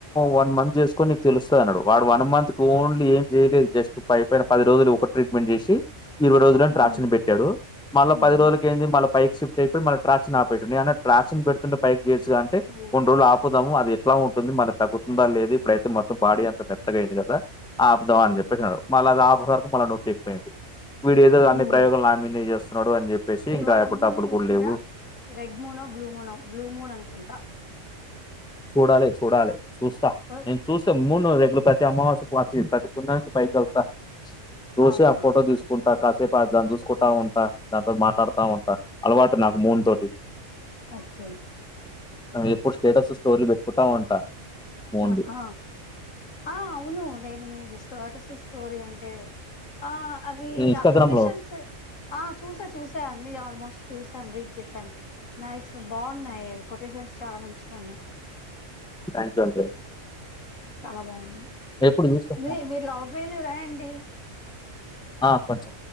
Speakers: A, in the centre; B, on the left (about 80°).
A: వన్ మంత్ చేసుకో నీకు తెలుస్తాది అన్నాడు వాడు వన్ వన్ మంత్ కు ఓన్లీ ఏం చేయ్యలేదు జస్ట్ పైపైన పది రోజులు ఒక ట్రీట్మెంట్ చేసి ఇరవై రోజులుని
B: ఉమ్
A: ట్రాక్షన్ పెట్టాడు మళ్ళా పది
B: ఉమ్
A: రోజులకు ఏంది మళ్ళా పైకి షిఫ్ట్ అయితా మళ్ళా ట్రాక్షన్ ఆపేసాడు ట్రాక్షన్ పెడుతుంటే పైకి చేయెచ్చుగా అంటే
B: ఉమ్
A: కొన్ని రోజులు ఆపుదాము అది ఎట్లా ఉంటు మళ్ళీ తగ్గుతుందా లేదు ఇప్పుడయితే మొత్తం బాడీ అంత మెత్తగా అయింది కదా ఆపుదాం
B: ఉమ్
A: అని చెప్పేసి అన్నాడు మళ్ళా అది ఆపు చెప్పాడు వీడు ఏదో అన్ని
B: ఉమ్.
A: ప్రయోగాలు నామిందనే చేస్తున్నాడు అని చెప్పేసి
B: ఇవాళ
A: ఇంకా ఎప్పుడు
B: మూన్
A: డబ్బులు
B: ని చూసిరా
A: కూడా లేదు
B: రెడ్ మూన్ ఆ బ్లూ మూనా బ్లూ మూన్ అనుకుంటా
A: చూడాలే చూడాలే చూస్తా
B: ఓ,
A: నేను చూస్తే
B: ఓ,
A: మూన్ ప్రతి అమావాస్య కి <unintelligible> అమ్మా చూడ్డానికి పైకి వెళ్తా చూసి
B: అవునా
A: ఆ ఫోటో తీసుకుంటా కాసేపు దాని చూసుకుంటా ఉంటా దానితో మాట్లాడుతా ఉంటా అలవాటు నాకు మూన్ తోటి
B: ఓకే
A: ఎప్పుడు స్టేటస్ స్టోరీ వెతుకుతా ఉంటా మూన్ది
B: ఆహ ఆ అవును నిను మీది స్టేటస్ ఎసి స్టోరి అంటే ఆ అవి
A: ఇన్స్టాగ్రామ్
B: ఆ కొటేషన్స్
A: లో
B: ఆ చూసా చూసా అన్నీ ఆల్మోస్ట్ చూసాను రీడ్ చేశాను నైస్ బాగున్నాయి అవి కొటేషన్స్ చాలా మంచిగా ఉన్నాయి
A: థ్యాంక్ యూ అండి
B: చాలా బాగున్నాయి
A: ఎప్పుడు చూస్తా
B: మీ
A: మూన్
B: మీరు లవ్ ఫెయ్యిలుర్ రా అండి
A: ఆ కొంచెం